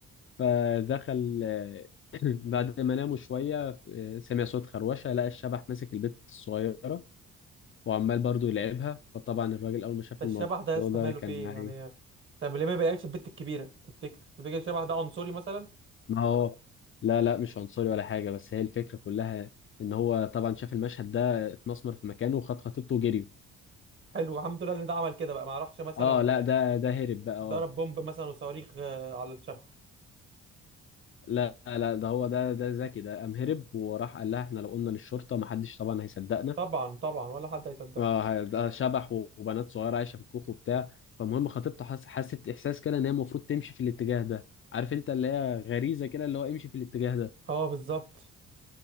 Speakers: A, on the left; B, on the right.
A: فدخل آه، <clears throat> بعد ما ناموا شويه آه، سمع صوت خروشه لقى الشبح ماسك البت الصغيره وعمال برضو يلعبها فطبعا الراجل اول ما شاف
B: ده
A: الموضوع
B: الشبح ده يا اسطى
A: ده
B: ماله
A: كان
B: فيه
A: معي
B: يعني طب ليه ما بيلعبش البت الكبيره تفتكر تفتكر الشبح ده عنصري مثلا
A: ما هو لا لا مش عنصري ولا حاجة بس هي الفكرة كلها ان هو طبعا شاف المشهد ده اتمسمر في مكانه وخد خطيبته وجريوا
B: حلو الحمد لله ان ده عمل كده بقى ما راحش مثلا
A: اه لا ده ده هرب بقى اه
B: ضرب بومب مثلا وصواريخ آه، على الشبح
A: لا لا ده هو ده ده ذكي ده قام هرب وراح قال لها احنا لو قلنا للشرطة محدش طبعا هيصدقنا
B: طبعا طبعا ولا حد هيصدقه
A: اه ده شبح وبنات صغيرة عايشة في الكوخ وبتاع فالمهم خطيبته حس- حست احساس كده ان هي المفروض تمشي في الاتجاه ده عارف انت اللي هي غريزة كده اللي هو امشي في الاتجاه ده
B: اه بالظبط